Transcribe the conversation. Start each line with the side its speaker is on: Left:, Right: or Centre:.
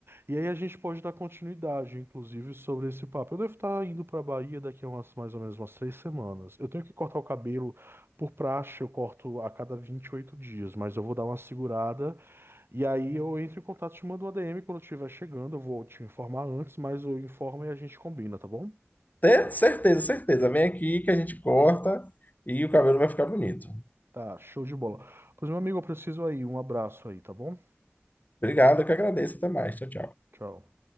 Right: E aí a gente pode dar continuidade, inclusive, sobre esse papo. Eu devo estar indo para Bahia daqui a umas, mais ou menos umas três semanas. Eu tenho que cortar o cabelo por praxe, eu corto a cada 28 dias, mas eu vou dar uma segurada. E aí eu entro em contato te mando um ADM quando eu estiver chegando. Eu vou te informar antes, mas eu informo e a gente combina, tá bom?
Left: Ter certeza, certeza. Vem aqui que a gente corta e o cabelo vai ficar bonito.
Right: Tá, show de bola. Pois, meu amigo, eu preciso aí. Um abraço aí, tá bom?
Left: Obrigado, eu que agradeço. Até mais. Tchau, tchau.
Right: Tchau.